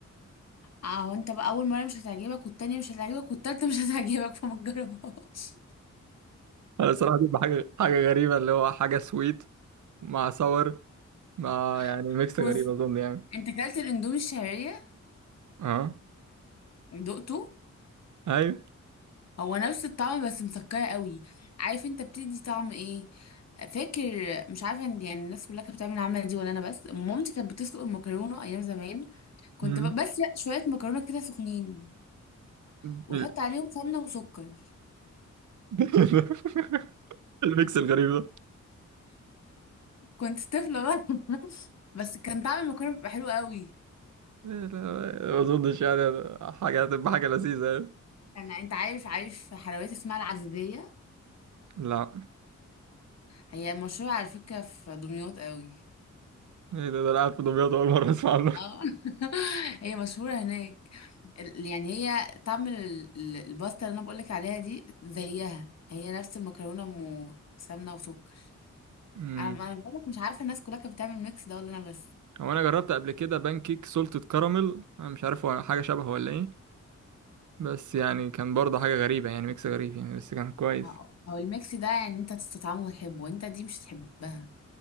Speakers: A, on the left; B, on the right.
A: اه وانت بقى اول مرة مش هتعجبك والتانية مش هتعجبك والتالتة مش هتعجبك فما تجربهاش
B: انا الصراحه دي حاجه حاجه غريبه اللي هو حاجه سويت مع ساور مع يعني
A: <laughs>
B: ميكس
A: بص
B: غريب اظن يعني
A: انت كلت الاندومي الشعرية
B: اه
A: دقته
B: ايوه
A: هو نفس الطعم بس مسكرة قوي عارف انت بتدي طعم ايه فاكر مش عارفة ان يعني الناس كلها كانت بتعمل العملة دي ولا انا بس مامتي كانت بتسلق المكرونة ايام زمان كنت
B: مم.
A: ب- بس شوية مكرونة كده سخنين
B: ال-
A: واحط عليهم سمنة وسكر
B: <laughs> الميكس الغريب ده
A: كنت طفلة بقى <laughs> بس كان طعم المكرونة بيبقى حلو قوي
B: لا، ما اظنش يعني حاجه هتبقى حاجه لذيذه يعني
A: انا انت عارف عارف حلويات اسمها العزيزية
B: لا
A: هي مشهورة على فكرة في دمياط قوي
B: ايه ده ده انا قاعد في دمياط اول مره اسمع
A: اه <laughs> هي مشهورة هناك ال- يعني هي طعم ال- ال- الباستا اللي انا بقولك عليها دي زيها هي نفس المكرونة م- سمنة وسكر
B: عنه
A: انا انا بقولك مش عارفة الناس كلها كانت بتعمل الميكس ده ولا انا بس
B: هو انا جربت قبل كده بانكيك سولتد كراميل انا مش عارف هو حاجه شبهه ولا ايه بس يعني كان برضه حاجه غريبه يعني ميكس غريب يعني بس كان كويس
A: اه. هو الميكس ده يعني انت تستطعمه وتحبه وانت دي مش تحبها